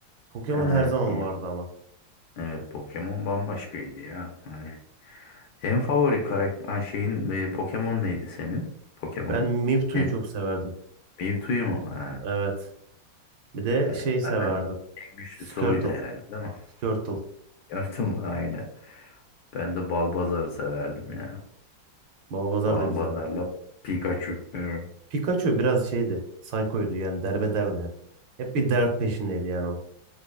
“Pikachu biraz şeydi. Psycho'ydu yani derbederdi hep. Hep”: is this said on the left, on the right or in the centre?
Right